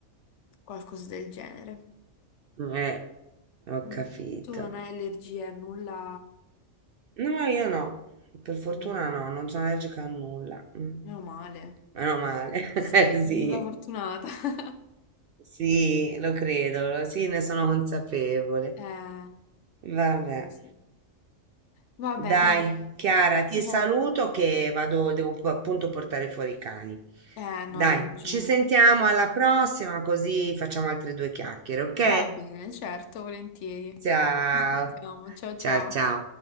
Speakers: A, on the left; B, on the right.
A: qualcosa del genere.
B: eh, ho
A: Mm.
B: capito.
A: Tu non hai allergie, nulla.
B: No, io no. Per fortuna
A: Mm.
B: no, non sono allergica a nulla. Mm,
A: Meno male.
B: Meno male, <laughs>
A: Sì,
B: Eh,
A: sei
B: sì.
A: stata fortunata. <laughs>
B: Sì, lo credo, lo- sì, ne sono consapevole.
A: Eh,
B: Vabbè,
A: sì. sì. Vabbè,
B: dai,
A: dai,
B: Chiara, ti
A: comunque,
B: saluto che vado, devo po- appunto portare fuori i cani.
A: Eh,
B: Dai,
A: no, hai ragione.
B: ci sentiamo alla prossima, così facciamo altre due chiacchiere, ok?
A: Va bene, certo, volentieri.
B: Ciao,
A: ci sentiamo. Ciao ciao.
B: ciao, ciao.